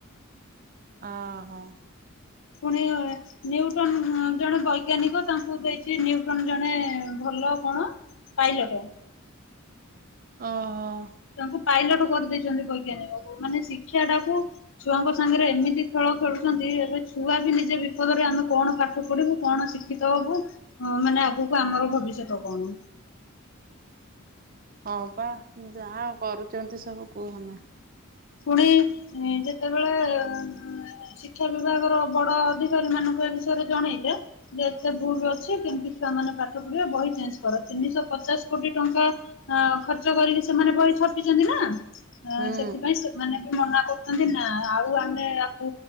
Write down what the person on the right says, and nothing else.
ଅ ହଁ।
ଓହୋ।
ହଁ ପା ଯାହା କରୁଛନ୍ତି ସବୁ କୁହନା।
ହୁଁ